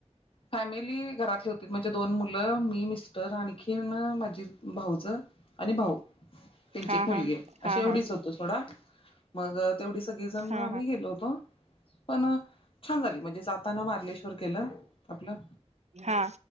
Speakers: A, on the left; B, on the right.
A: फॅमिली घरातले होती, म्हणजे दोन मु मुलं मी मिस्टर आणखीनं माझी भावजं आणि भाऊ. त्यांची
B: हा
A: एक मुलगी
B: हा
A: असे
B: हा
A: एवढीच
B: हा
A: होतो सोडा. मग तेवढी सगळीजण मग
B: हा
A: आम्ही
B: हा
A: गेलो होतो. पण छान झाली, म्हणजे जाताना मार्लेश्वर केलं आपलं.
B: हा